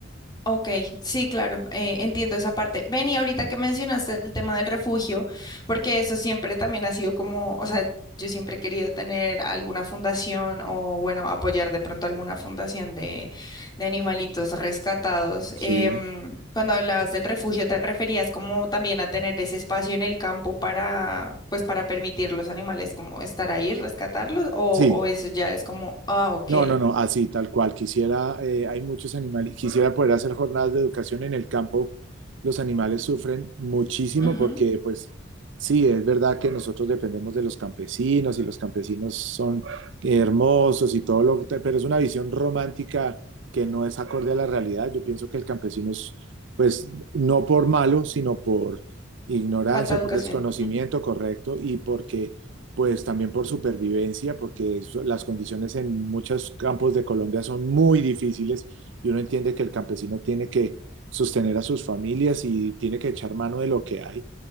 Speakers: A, on the left; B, on the right.
A: Ok, sí, claro, eh, entiendo esa parte. Ven, y ahorita que mencionaste el tema del refugio, porque eso siempre también ha sido como, o sea, yo siempre he querido tener alguna fundación o, bueno, apoyar de pronto alguna fundación de, de animalitos rescatados. Em,
B: Sí,
A: cuando hablabas del refugio, ¿te referías como también a tener ese espacio en el campo para, pues, para permitir los animales como estar ahí, rescatarlos? O,
B: sí,
A: o eso ya es como, ah, ok,
B: No, no, no, así, tal cual. Quisiera, eh, hay muchos animales, quisiera poder hacer jornadas de educación en el campo. Los animales sufren muchísimo
A: ujú,
B: porque, pues, sí, es verdad que nosotros dependemos de los campesinos y los campesinos son hermosos y todo lo que, pero es una visión romántica que no es acorde a la realidad. Yo pienso que el campesino es, pues, no por malo, sino por ignorancia,
A: Falta de educación,
B: por desconocimiento,
A: mm,
B: correcto, y porque pues también por supervivencia, porque eso- las condiciones en muchos campos de Colombia son muy difíciles y uno entiende que el campesino tiene que sostener a sus familias y tiene que echar mano de lo que hay.